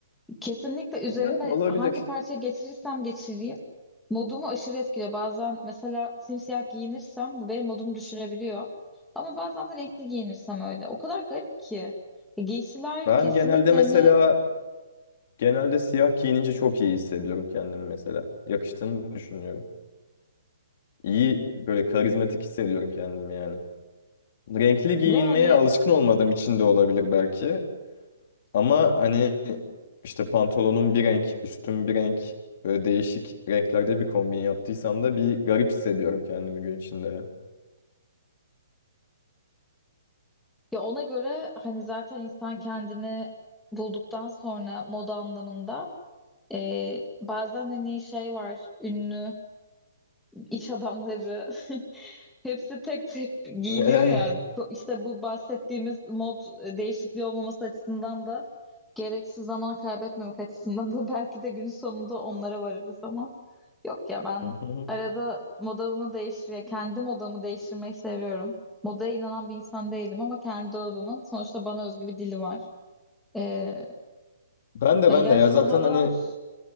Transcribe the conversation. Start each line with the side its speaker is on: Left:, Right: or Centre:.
Centre: Kesinlikle üzerime
Left: Yani olabilir.
Centre: hangi parça geçirirsem geçireyim modumu aşırı etkiliyor. Bazen mesela simsiyah giyinirsem bu benim modumu düşürebiliyor. Ama bazen de renkli giyinirsem öyle. O kadar garip ki. E, Giysiler
Left: Ben
Centre: kesinlikle
Left: genelde mesela
Centre: hani
Left: Genelde siyah giyinince çok iyi hissediyorum kendimi mesela. Yakıştığını düşünüyorum. İyi böyle karizmatik hissediyorum kendimi yani. Renkli giyinmeye
Centre: ve hani
Left: alışkın olmadığım için de olabilir belki. Ama hani işte pantolonum bir renk, üstüm bir renk, böyle değişik renklerde bir kombin yaptıysam da bir garip hissediyorum kendimi gün içinde. ya.
Centre: ya ona göre hani zaten insan kendini bulduktan sonra moda anlamında e, bazen hani şey var ünlü iş adamları <laughs> hepsi tek tek giyiniyor
Left: <laughs> Eh,
Centre: ya. Bu- İşte bu bahsettiğimiz mod e, değişikliği olmaması açısından da gereksiz zaman kaybetmemek açısından da <laughs> belki de günün sonunda onlara varırız ama yok ya ben
Left: hı hı.
Centre: arada modamı değiştir kendi modamı değiştirmeyi seviyorum. Modaya inanan bir insan değilim ama kendi dolabımın sonuçta bana özgü bir dili var. Ee,
Left: Ben de
Centre: yani
Left: ben
Centre: gerçekten
Left: de ya zaten
Centre: havalar
Left: hani